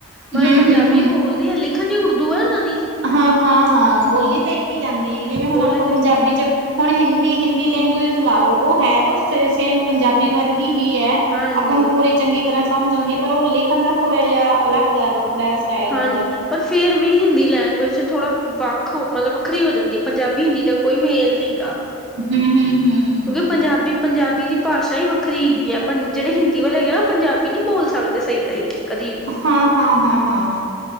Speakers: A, in the centre; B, on the right.
A: ਮਤਲਬ
B: ਹੂੰ-ਹੂੰ,
A: ਪੰਜਾਬੀ ਬੋਲਦੇ ਆ ਲਿਖਣ'ਚ ਹੀ ਉਰਦੂ ਹੈ ਉਹਨਾਂ ਦੀ
B: ਹਾਂ। ਹਾਂ, ਹਾਂ ਬੋਲੀ ਪੀ ਜਾਂਦੀ ਹੈਗੀ ਜਿਵੇਂ ਹੁਣ,
A: ਬੋਲੀ
B: ਆਪਾ
A: ਤੇ
B: ਪੰਜਾਬੀ' ਚ ਹੁਣ ਹਿੰਦੀ-ਹਿੰਦੀ ਲੈਂਗੁਏਜ ਲਾ ਲਓ, ਉਹ ਹੈ ਤਾਂ ਸੇ-ਸੇਮ ਪੰਜਾਬੀ ਵਰਗੀ। ਹੀ, ਹੈ
A: ਹਾਂਜੀ-ਹਾਂਜੀ।
B: ਆਪਾਂ ਨੂੰ ਪੂਰੀ ਚੰਗੀ ਤਰ੍ਹਾਂ ਸਮਝ ਆਉਂਦੀ ਹੈ, ਪਰ ਉਹ ਲਿਖਣ ਦਾ ਥੋੜ੍ਹਾ ਜਿਹਾ ਅਲੱਗ ਹੈ। ਵੱਖਰਾ ਸਟਾਈਲ
A: ਹਾਂਜੀ।
B: ਹੈ ਉਹਦਾ।
A: ਪਰ ਫੇਰ ਵੀ ਹਿੰਦੀ ਲੈ ਜ ਥੋੜਾ ਵੱਖ ਮਤਲਬ ਵੱਖਰੀ ਹੋ ਜਾਂਦੀ, ਪੰਜਾਬੀ- ਹਿੰਦੀ ਦਾ ਕੋਈ ਮੇਲ ਨੀ ਗਾ।
B: ਹੂੰ-ਹੂੰ-ਹੂੰ
A: ਕਿਉਂਕਿ, ਪੰਜਾਬੀ, ਪੰਜਾਬੀ ਦੀ ਭਾਸ਼ਾ ਹੀ ਵੱਖਰੀ ਹੈਗੀ ਹੈ। ਜਿਹੜੇ ਹਿੰਦੀ ਵਾਲੇ ਹੈਗੇ ਆ, ਉਹ ਪੰਜਾਬੀ ਨਹੀ ਬੋਲ ਸਕਦੇ ਸਹੀ ਤਰੀਕੇ ਕਦੀ ਵੀ
B: ਹਾਂ- ਹਾਂ, ਹਾਂ, ਹਾਂ